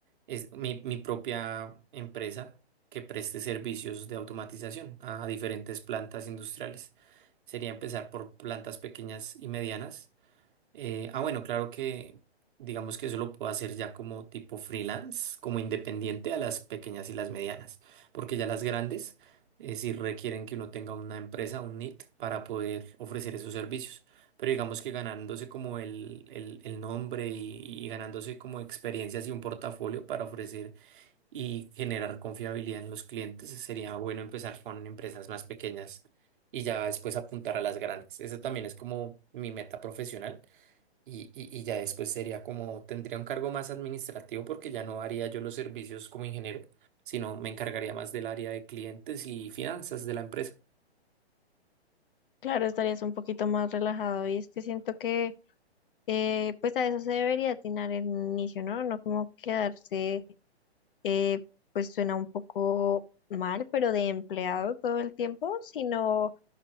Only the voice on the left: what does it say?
Claro, estarías un poquito más relajado y es que siento que eh, pues a eso se debería atinar en un inicio, ¿no? No como quedarse eh, pues suena un poco mal, pero de empleado todo el tiempo, sino